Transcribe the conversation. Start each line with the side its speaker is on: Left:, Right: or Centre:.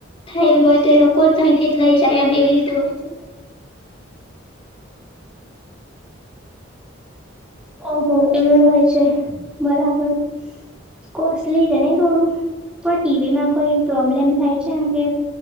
Left: થાય એવી હોય તો એ લોકો તહી થી જ લઈ જાય એમ એવી રીતે હોય
Centre: <unintelligible> ઓહો એવું હોય છે. બરાબર. કોસલી છે નહી થોડું? પણ ઈવીમાં કોઈ પ્રોબ્લેમ થાય છે. એમ કે